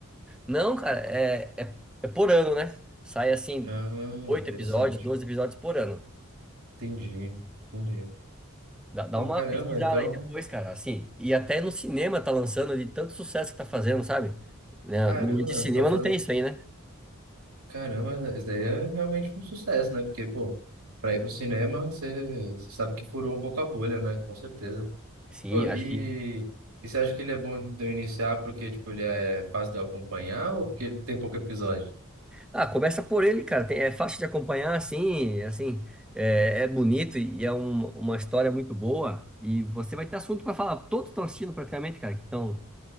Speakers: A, in the centre; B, on the right.
A: Não, cara, é, é, é por ano, né? Sai assim,
B: Ah,
A: oito
B: interessante.
A: episódios, 12 episódios por ano.
B: Entendi, entendi.
A: Dá, dá
B: Pô,
A: uma
B: caramba,
A: pesquisada
B: então...
A: aí depois, cara, assim. E até no cinema tá lançando de tanto sucesso que tá fazendo, sabe? Né?
B: Caramba,
A: No de cinema
B: então fazendo...
A: não tem isso aí, né?
B: Caramba, isso daí é realmente um sucesso, né? Porque, pô, pra ir pro cinema, você você sabe que furou um pouco a bolha, né? Com certeza.
A: Sim,
B: Pô, e...
A: acho que.
B: E você acha que ele é bom de eu iniciar porque, tipo, ele é fácil de eu acompanhar ou porque ele tem pouco episódio?
A: Ah, começa por ele, cara. tem- é fácil de acompanhar, assim, assim. É, é bonito e é um- uma história muito boa. E você vai ter assunto pra falar. Todos estão assistindo praticamente, cara, que, tão,